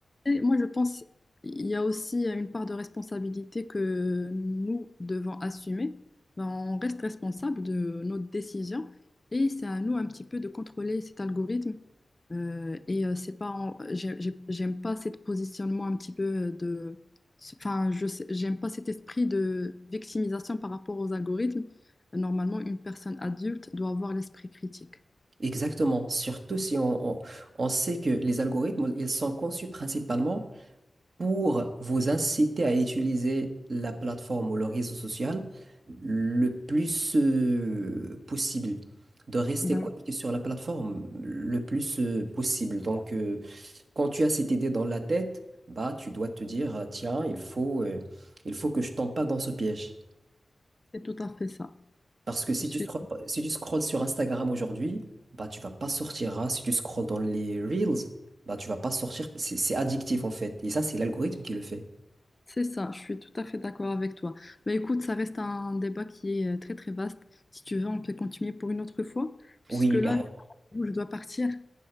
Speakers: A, on the left; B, on the right.
A: Et moi, je pense il y a aussi une part de responsabilité que nous devons assumer. Ben, on reste responsable de notre décision et c'est à nous un petit peu de contrôler cet algorithme. Euh, et euh, c'est pas, en- j'ai- j'ai- j'aime pas ce positionnement un petit peu de, enfin, je sais- j'aime pas cet esprit de victimisation par rapport aux algorithmes. Normalement, une personne adulte doit avoir l'esprit critique.
B: Exactement, surtout si on, on, on sait que les algorithmes, ils sont conçus principalement pour vous inciter à utiliser la plateforme ou le réseau social le plus euh, possible, de rester
A: Ben,
B: connecté sur la plateforme le plus euh, possible. Donc, euh, quand tu as cette idée dans la tête, bah, tu dois te dire, tiens, il faut, euh, il faut que je tombe pas dans ce piège.
A: c'est tout à fait ça.
B: Parce que si
A: Je suis
B: tu scrolles, si tu scrolles sur Instagram aujourd'hui, bah tu vas pas sortir. hein. Si tu scrolles dans les Reels, bah tu vas pas sortir. C'est c'est addictif en fait. Et ça, c'est l'algorithme qui le fait.
A: C'est ça, je suis tout à fait d'accord avec toi. Bah écoute, ça reste un débat qui est euh, très très vaste. Si tu veux, on peut continuer pour une autre fois, puisque
B: Oui,
A: là,
B: carrément.
A: je dois partir.